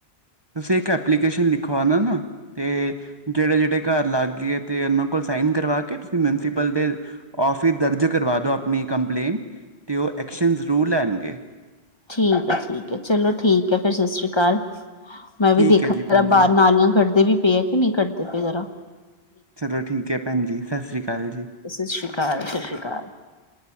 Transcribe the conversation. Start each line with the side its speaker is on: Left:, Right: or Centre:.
Right: ਤੁਸੀਂ ਇੱਕ ਐਪਲੀਕੇਸ਼ਨ ਲਿਖਵਾਉਣਾ ਨਾ ਤੇ ਜਿਹੜੇ ਜਿਹੜੇ ਘਰ ਲਾਗੇ ਏ, ਤੇ ਉਹਨਾਂ ਕੋਲ ਸਾਈਨ ਕਰਵਾ ਕੇ ਮਿਊਨਸੀਪਲ ਦੇ ਆਫਿਸ ਦਰਜ ਕਰਵਾ ਦੋ ਆਪਣੀ ਕੰਪਲੇਂਟ ਤੇ ਉਹ ਐਕਸ਼ਨ ਜ਼ਰੂ ਲੈਣਗੇ
Left: ਠੀਕ ਹੈ ਠੀਕ ਹੈ, ਚਲੋ ਠੀਕ ਹੈ, ਫਿਰ ਸਤਿ ਸ੍ਰੀ ਅਕਾਲ ਮੈਂ ਵੀ
Right: ਠੀਕ
Left: ਦੇਖਾ
Right: ਹੈ ਜੀ
Left: ਪਹਿਲਾ
Right: ਭੈਣ
Left: ਬਾਹਰ,
Right: ਜੀ
Left: ਨਾਲੀਆਂ ਕੱਢਦੇ ਵੀ ਪਏ ਹੈ, ਕਿ ਨਹੀਂ ਕੱਢਦੇ ਪਏ ਜ਼ਰਾ
Right: ਚਲੋ ਠੀਕ ਹੈ ਭੈਣ ਜੀ ਸਤਿ ਸ੍ਰੀ ਅਕਾਲ ਜੀ
Left: ਸਤਿ ਸ਼੍ਰੀ ਅਕਾਲ, ਸਤਿ ਸ਼੍ਰੀ ਅਕਾਲ।